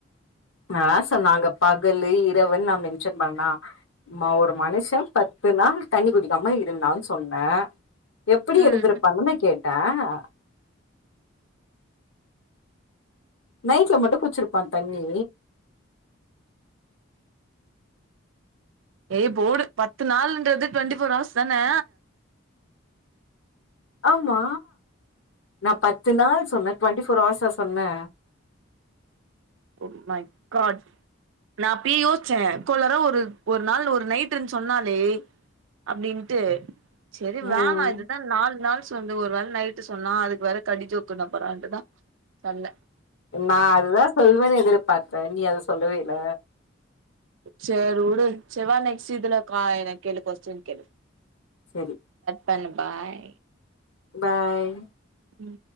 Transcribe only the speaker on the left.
நாதா சொன்ன அங்க பகலு இரவுன் நான் மென்ஷன் பண்ணா ஒரு மனுஷன் பத்து நாள் தண்ணி குடிக்காம இருந்தான் சொன்னன் எப்டி
இருந்திருப்பானுதான கேட்டன் <inaudible> நைட்ல மட்டும் குச்சிருப்பான் தண்ணி
ஆமா நான் பத்து நாள் சொன்னே டொண்ட்டி ஃபோர் ஹவர்ஸா சொன்ன
ம்
நா அதுதா சொல்வேன் எதிர்ப் பாக்ற நீ அத சொல்லவே இல்ல
சேரி
பாய்